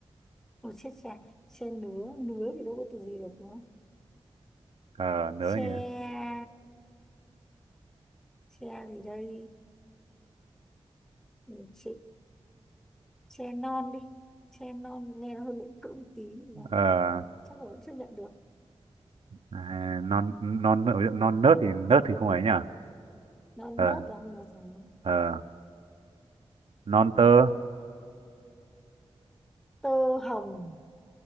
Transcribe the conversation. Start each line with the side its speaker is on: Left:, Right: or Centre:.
Centre: ồ chết tre tre nứa nứa thì đâu có từ gì được đúng không
Right: uh, nữa
Centre: tre
Right: nhỉ
Centre: tre gì đây Ừ, tre Tre non đi. Tre non nghe nó hơi miễn cưỡng một tí nhưng mà
Right: Ờ,
Centre: chắc là vẫn chấp nhận được.
Right: à, non non nớt non nớt thì nớt thì không ấy nhỉ
Centre: Non
Right: ờ
Centre: nớt là không được rồi.
Right: ờ non tơ
Centre: Tơ hồng,